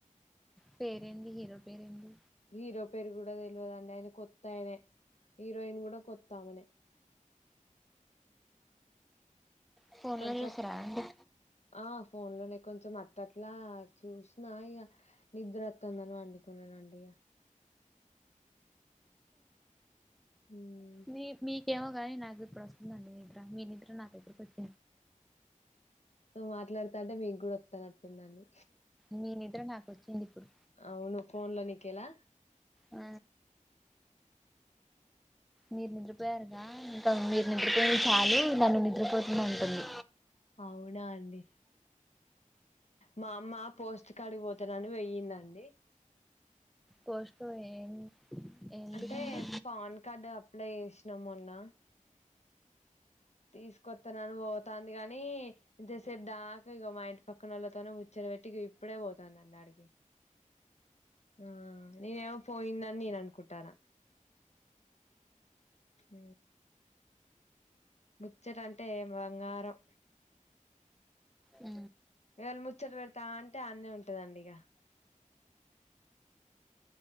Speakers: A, in the centre; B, on the left.
A: పేరు ఏంటి హీరో పేరు ఏంటి
B: హీరో పేరు కూడా తెలియదండి ఆయన కొత్తా ఆయనే హీరోయిన్ కూడా కొత్తామనే
A: ఫోన్లస
B: కొంచెం
A: రాడి
B: ఆ ఫోన్ లోనే కొంచెం అత్తట్లా చూసినా ఇక నిద్ర వస్తుందని వండుకున్నానండి ఇక మ్మ్
A: మీ మీకేమో కానీ నాకు ఇప్పుడు వస్తుందండి మీ మీ నిద నాగద్ద కొచ్చ
B: మాట్లాడుతా అంటే మేము కూడా వస్తానట్టుందండి
A: మీ నిద్ర నాకు వచ్చింది ఇప్పుడు
B: అవును ఫోన్ లోనికలా
A: ఆ మీరు నిద్రపోయారుగా ఇంకా మీరు నిద్రపోయిన చాలు నన్ను నిద్రపోతూనే ఉంటుంది
B: అవునా అండి మా అమ్మ పోస్ట్ కడి పోతానని వెయిందండి
A: పోస్ట్ ఏం ఎందుకండి
B: అంటే పాన్ కార్డు అప్లై చేసినాము అన్న తీసుకొస్తాన్నాను పోతుంది కాగాని ఇంతేసేపు దాకా ఇక మా ఇంటి పక్కనళ్ళతోనే ముచ్చ పెట్టికి ఇప్పుడే పోతుందండి అడికి ఆ నను ఏమో పోయింద నను అనుకుంటారా హ ముచ్చట అంటే బంగారం
A: ఉ
B: వవాళ ముచ్చలు పెడతా అంటే అన్నీ ఉంటదండి ఇక